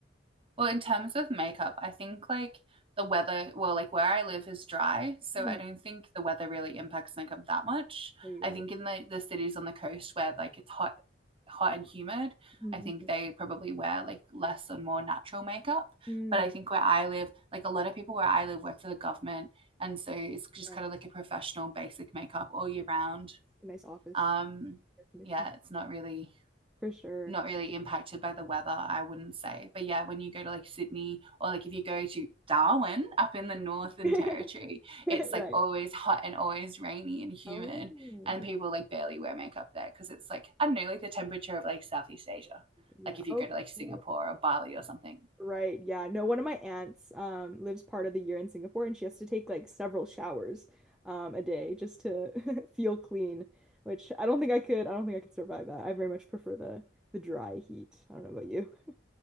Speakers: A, on the right (about 30°); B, in the centre.
A: Well, in terms of makeup, I think like the weather, well, like where I live is dry, so
B: Mhm.
A: I don't think the weather really impacts makeup that much.
B: There you
A: I
B: go.
A: think in the, the cities on the coast where like it's hot, hot and humid,
B: Mm,
A: I think
B: mm,
A: they probably wear like less and more natural makeup.
B: mm.
A: But I think where I live, like a lot of people where I live work for the government, and so it's just
B: Right.
A: kind of like a professional basic makeup all year
B: Yeah.
A: round.
B: Nice office
A: Um,
B: air conditioning
A: yeah, it's not really
B: for sure.
A: not really impacted by the weather, I wouldn't say. But yeah, when you go to like Sydney or like if you go to Darwin up in the Northern
B: <laughs>
A: Territory, it's like
B: Right.
A: always hot and always rainy and humid.
B: Oh,
A: And
B: good.
A: people like barely wear makeup there because it's like, I don't know, like the temperature of like Southeast Asia.
B: Yeah.
A: Like if you
B: Okay.
A: go to like Singapore or Bali or something.
B: Right. Yeah. No, one of my aunts um lives part of the year in Singapore and she has to take like several showers um a day just to <laughs> feel clean, which I don't think I could I don't think I could survive that. I very much prefer the the dry heat. I don't know about you. <laughs>